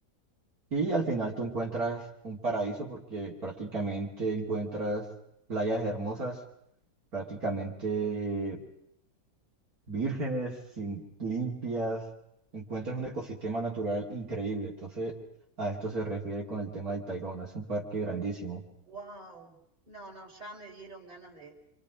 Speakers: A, on the right; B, on the right.
A: Y al final tú encuentras un paraíso porque prácticamente encuentras playas hermosas, prácticamente vírgenes, sin, limpias, encuentras un ecosistema natural increíble. Entonces, a esto se refiere con el tema del Tayrona. Es un parque grandísimo.
B: Wow. No, no, ya me dieron ganas de,